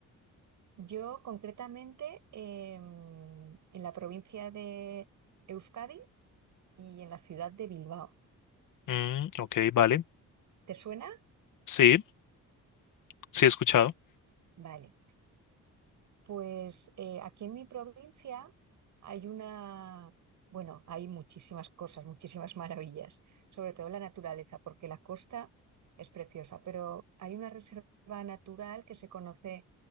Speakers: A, on the right (about 60°); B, on the left (about 70°).
A: Yo concretamente eh, en la provincia de Euskadi y en la ciudad de Bilbao.
B: Mm, ok, vale.
A: ¿Te suena?
B: Sí, sí he escuchado.
A: Vale. Pues eh, aquí en mi provincia hay una, bueno, hay muchísimas cosas, muchísimas maravillas, sobre todo la naturaleza, porque la costa es preciosa, pero hay una reserva natural que se conoce